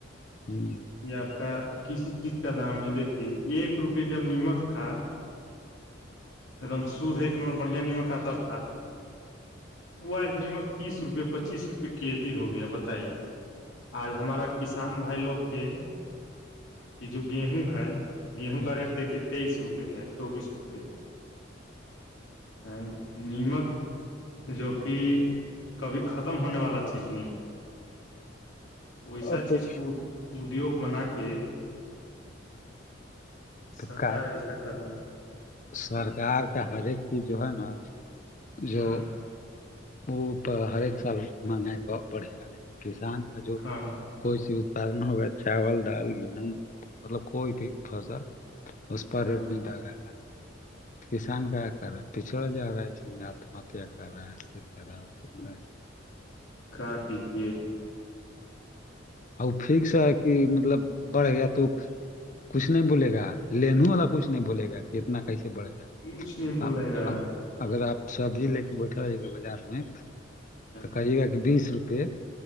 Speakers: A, on the left (about 40°); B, on the left (about 85°).
A: ہمم
B: کہ آپ کا کسی چیز کا دام نہیں دیکھیے ایک روپے جب نیمک تھا ایک دم شدھ ایکن بڑھیا نمکا تک وہ آج نمک تیس روپے پچیس روپے کے جی ہو گیا بتائیے آج ہمارا کسان بھائی لوگ کے یہ جو گیہوں ہے گیہوں کا
A: ہوں۔
B: ریٹ دیکھیے تیئیس روپ ہے چوبیس روپے ہے ا نیمک جو کہ کبھی ختم ہونے والا چیز نہیں ہے ویسا
A: اور تو
B: چیز کو ادیوگ بنا کے
A: تو
B: سرکار
A: کا
B: ایسا کر رہی
A: سرکار کا ہر ایک چیز جو ہے نا
B: ہے
A: جو
B: ہاں
A: وہپ ہر ایک سال مہنگ ہے بڑھے گا لیکن کسان کا جو
B: ہاں
A: کوئی چیز اتپادن ہو گیا چاول دال گیہ مطلب کوئی بھی فصل اس پر
B: ہاں
A: ریٹ نہیں جاگا کسان کیا کر رہا ہے پچھڑا جا رہا ہے آتما ہتیا کر رہا ہے اسے کر رہا ہےے رہا ہے
B: کہاں کیجیے
A: وہ پھیک سےا ہے کہ مطلب بڑھ گیا تو کچھ نہیں بولے گا لنو والا کچھ نہیں بولے گا اتنا کیسے بڑھ گیا
B: کچھ نہیں بلاے
A: اب
B: گا
A: اب اگر آپ سبزی لے کے بیٹھا آئیے گا بازار میں
B: ہاں
A: تو کہیے گا کہ بیس روپے